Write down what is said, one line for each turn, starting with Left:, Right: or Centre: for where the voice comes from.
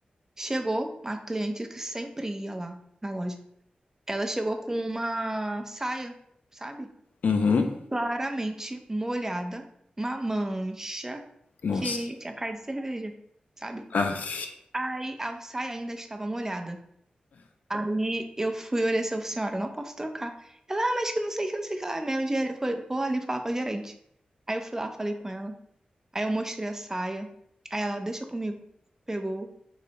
Right: Chegou a cliente que sempre ia lá na loja. Ela chegou com uma saia, sabe?
Left: Uhum.
Right: Claramente molhada, uma mancha
Left: Nossa.
Right: que tinha cara de cerveja, sabe?
Left: Aff.
Right: Aí a saia ainda estava molhada. Aí eu fui olhar assim, eu falei, senhora, eu não posso trocar. Ela, ah, mas que não sei que, não sei que lá, meu gerente. Foi, vou ali falar com a gerente. Aí eu fui lá, falei com ela. Aí eu mostrei a saia. Aí ela, deixa comigo. Pegou